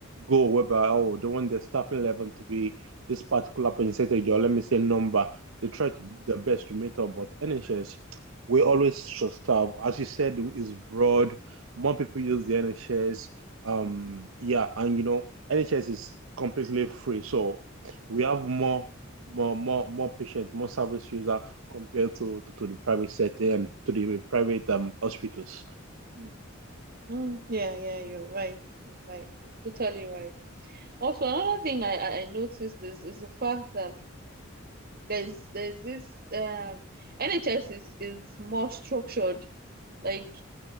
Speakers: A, on the right; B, on the right.
A: goal, whereby, oh, they want the staffing level to be this particular percentage, or let me say number. They try to, their best to meet up, but NHS, we always
B: Mm,
A: share stuff. As you said, is broad. More people use the NHS. Um,
B: mm,
A: yeah, and you know, NHS is completely free, so we have more, more, more, more patient, more service user compared to, to, to the private sector and to the private um hospitals.
B: mm, mm. Yeah, yeah, you're right. You're right. You're totally right. Also, another thing I, I I noticed is is the fact that there's there's this um NHS is is more structured. Like